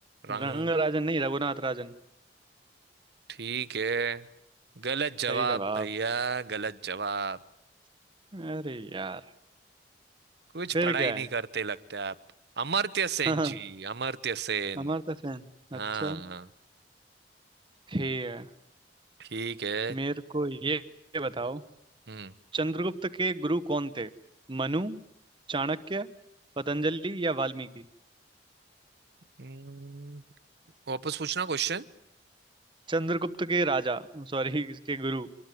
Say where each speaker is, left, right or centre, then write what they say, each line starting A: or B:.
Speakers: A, on the right; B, on the right.
A: रंग
B: रंग राजन नहीं रघुनाथ राजन
A: ठीक है गलत जवाब
B: सही जवाब
A: भैया गलत जवाब
B: अरे यार
A: कुछ
B: फिर
A: पढ़ाई
B: क्या
A: नहीं
B: है
A: करते
B: <laughs>
A: लगते आप अमर्त्य सेन
B: हाँ,
A: जी अमर्त्य सेन
B: अमर्त्य सेन
A: हाँ
B: अच्छा ठीक है
A: ठीक है
B: मेरे को ये ये बताओ
A: हम्म
B: चंद्रगुप्त के गुरु कौन थे मनु चाणक्य पतंजलि या वाल्मीकि
A: हम्म, वापस पूछना क्वेश्चन
B: चंद्रगुप्त के राजा सॉरी इसके गुरु